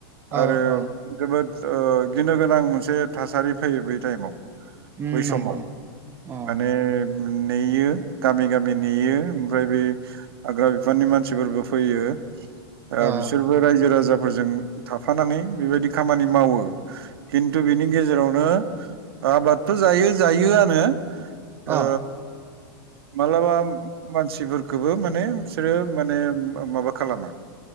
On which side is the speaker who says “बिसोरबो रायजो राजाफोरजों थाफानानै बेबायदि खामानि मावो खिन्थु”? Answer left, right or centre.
Right